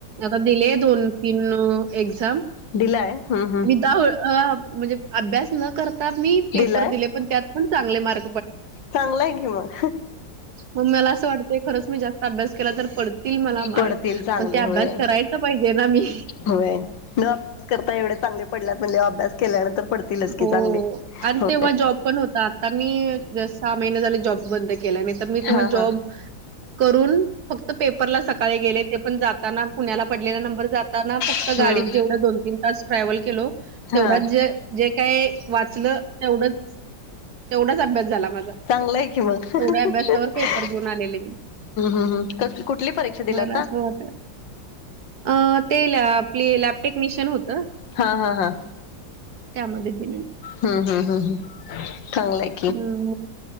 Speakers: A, on the right (about 60°); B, on the left (about 70°).
A: आता दिले दोन तीन एक्झाम.
B: दिलाय हम ह.
A: मी द म्हणजे अभ्यास न करता मी पेपर
B: दिलाय
A: दिले. ण त्यात पण चगले मार्.
B: चांगलाय कि मग.
A: मग मला असं वाटतंय खरच मी जास्त अभ्यास केला तर पडत. तील मला मार्क
B: पडतील चांगले
A: पण ते अभ्यास
B: होय
A: करायच पाहिजे ना मी.
B: होय न अभ्यास करता एवढे चांगले पडल्या म्हणजे अभ्यास केल्यानंतर पडतीलच
A: हो.
B: की चांगली
A: आणि
B: हो.
A: तेव्हा जॉब पण होता. आता मी सहा महिने झाले जॉब बंद केला नाही तर मी तेव्हा
B: हा
A: जॉब
B: हा
A: करून फक्त पेपरला सकाळी गेले ते पण जाताना पुण्याला पडलेला नंबर जाताना फक्त
B: हम्म
A: गाडीत जेवढं दोन तीन तास ट्रॅव्हल केलो तेवढाच
B: हा
A: जे जे काय वाचलं तेवढंच. तेवढाच अभ्यास झाला माझा.
B: चांगलंय की मग ह्
A: तेवढ्या अभ्यासावर पेपर देऊन आलेले मी.
B: हम् कुठली परीक्षा
A: मला
B: दिली आता?
A: असं वाटत अ ते ल आपली लॅपटेक्निशियन होतं.
B: हा हां हां
A: त्यामध्ये दिली.
B: हम्म हम हम् हम चांगलेय
A: हम्